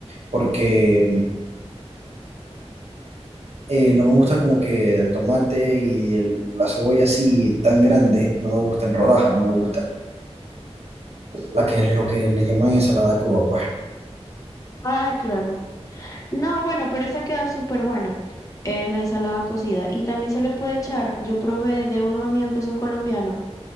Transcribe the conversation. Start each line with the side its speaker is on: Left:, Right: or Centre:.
Right: porque eh, no me gusta como que el tomate y el- la cebolla así tan grande, no me gusta en rodajas, no me gusta. La que es lo que le llaman ensalada cruda, pues.
Left: Ah, claro. No, bueno, pero esa queda súper buena, eh, la ensalada cocida. Y también se le puede echar, yo probé de unos amigos que son colombianos,